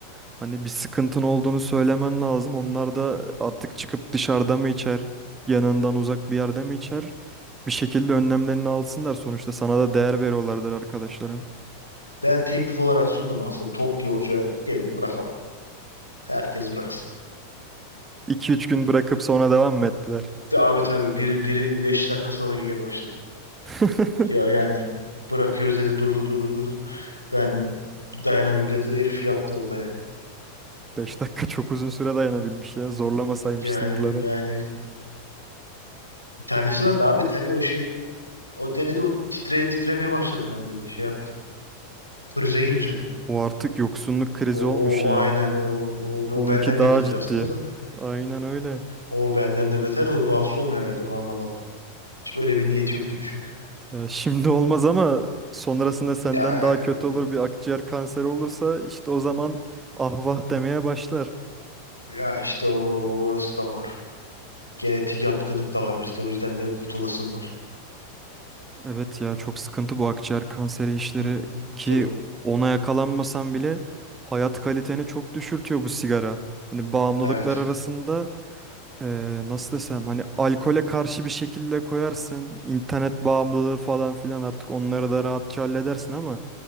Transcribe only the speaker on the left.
hı.
Ben teklif olarak sundum aslında topluca gelin bırakalım. Herkes bıraksın.
Abi tabii biri, biri 5 dakika sonra geri başladı.
Ya yani bırakıyoruz dedi durdu durdu durdu. Ben dayanamıyorum dedi herif yaktı orada yani.
Yani
yani bir tanesi var daha beteri o şey O denedi o titre, titremeye başladım ben dedi. Şey yaptım. Krize girmiş adam.
O, o,
o aynen o, o,
o benden
de beter
aslında da.
O benden de beter de o rahatsız olmuyor herhalde onu anlamadım. Hiç öyle bir niyeti yok gibi çünkü.
Ya,
e,
ya işte or- orası da var. Genetik yatkınlık da var bizde o yüzden de kurtulasım var.
Hı hı,
Dur.
Evet.